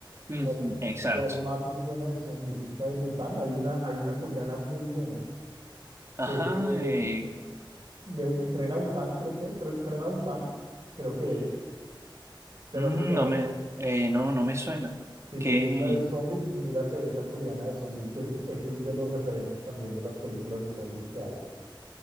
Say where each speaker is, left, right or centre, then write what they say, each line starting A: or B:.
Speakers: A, on the right (about 30°); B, on the right (about 55°).
A: Ujú,
B: ¿Cuál,
A: Exacto.
B: cuál más es buena de zombies? Esta de Bután, hay una, hay una coreana muy buena,
A: Ajá,
B: que es de,
A: eh,
B: de Bu- Tren a Bután, creo que es. Tren, Tren a Busan, creo que es. ¿Te
A: mm,
B: la has visto
A: no
B: o
A: me,
B: no?
A: eh, no, no me suena.
B: Si
A: Que,
B: te gusta de zombies, mírate esa coreana de zombies, que es, eso es de los referentes también de las películas de zombies que hay.